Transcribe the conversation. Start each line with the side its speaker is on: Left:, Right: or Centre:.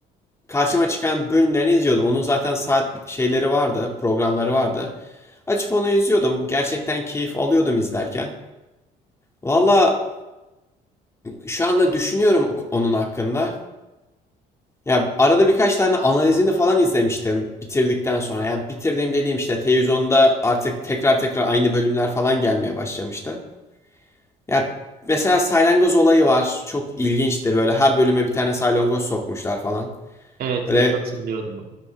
Left: karşıma çıkan bölümlerini izliyordum. Onun zaten saat şeyleri vardı, programları vardı. Açıp onu izliyordum. Gerçekten keyif alıyordum izlerken. Valla şu anda düşünüyorum onun hakkında. Ya arada birkaç tane analizini falan izlemiştim bitirdikten sonra. Yani bitirdiğim dediğim işte televizyonda artık tekrar tekrar aynı bölümler falan gelmeye başlamıştı. Ya mesela salyangoz olayı var. Çok ilginçtir. Böyle her bölüme bir tane salyangoz sokmuşlar falan.
Right: Evet,
Left: Böyle
Right: evet hatırlıyorum onu.